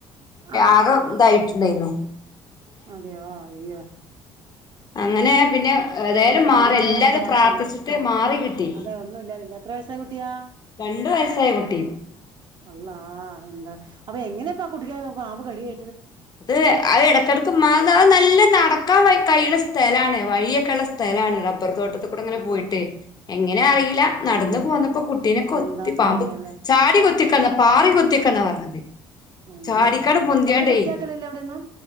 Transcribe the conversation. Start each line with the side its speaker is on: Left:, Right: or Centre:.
Right: ആഹ്
Left: ആകെ
Right: ആഹ് ആഹ്
Left: ഇതായിട്ടുണ്ടായിരുന്നു.
Right: അതെയോ അയ്യോ
Left: അങ്ങനെ പിന്നെ ഏതായാലും
Right: ഒന്നുല്ല
Left: മാറി
Right: ഒന്നും ഇല്ലാതിരിക്കട്ടെ
Left: എല്ലാരും
Right: പടച്ചോനെ
Left: പ്രാർത്ഥിച്ചിട്ട് മാറി കിട്ടി
Right: അതെ ഒന്നും ഇല്ലാതിരിക്കട്ടെ എത്ര വയസ്സായ കുട്ടിയാ
Left: രണ്ടു വയസ്സായ കുട്ടി
Right: അള്ളാ എന്താ അപ്പൊ എങ്ങനെയാ ഇപ്പം ആ കുട്ടിക്ക് പാമ്പ് കടിയേ
Left: അത് അ ഇടയ്ക്കിടക്ക് മാ അത് നല്ല നടക്കാൻ കഴിയ്ണസ്ഥലാണ് വഴിയൊ ക്കെള്ള സ്ഥലാണ്
Right: ആഹ്
Left: റബ്ബർ തോട്ടത്തി കൂടെ അങ്ങനെ പോയിട്ട്
Right: ആഹ് ആഹ്
Left: എങ്ങനെ അറിയില്ല നടന്ന്
Right: അയ്യോ
Left: പോന്നപ്പോ കുട്ടീനെ കൊ
Right: എന്താ
Left: ത്തി പാമ്പ്
Right: പറയാലേ
Left: ചാടി കൊത്തിക്കല്ല പാറി കൊത്തിക്കന്നാ പറഞ്ഞത്.
Right: അയ്യോ
Left: ചടിക്കാണ്ട് പൊന്തിയാണ്ടെ
Right: അവര് വൃത്തിയാക്കലില്ലേ അവിടെയൊന്നും